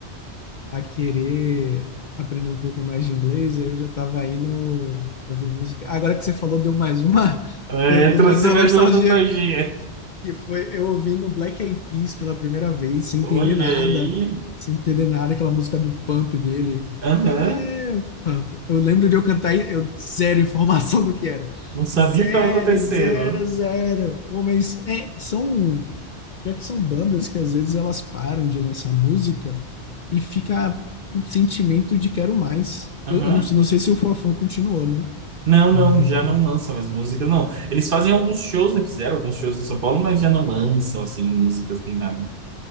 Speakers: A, on the left (about 50°); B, on the right (about 50°).
A: a querer aprender um pouco mais de inglês, aí eu já estava indo para ouvir música. Agora que você falou, deu mais uma, <laughs>
B: é,
A: deu, deu
B: trouxe
A: mais uma
B: mais
A: nostalgia.
B: uma nostalgia.
A: que foi eu ouvindo Black Eyed Peas pela primeira vez, sem
B: Olha
A: entender nada,
B: aí.
A: sem entender nada, aquela música do Pump dele.
B: Aham.
A: Já é Pump. Eu lembro de eu cantar e eu zero informação <laughs> do que era.
B: Não sabia
A: Zero,
B: o que estava acontecendo.
A: zero, zero. Pô, mas é, são, já que são bandas que às vezes elas param de lançar música e fica um sentimento de quero mais.
B: Aham.
A: Eu, eu não, não sei se o Fofão continuou, né?
B: Não,
A: Mas
B: não, já não lançam mais músicas, não. Eles fazem alguns shows, né? Fizeram alguns shows em São Paulo, mas já não lançam, assim, músicas nem nada.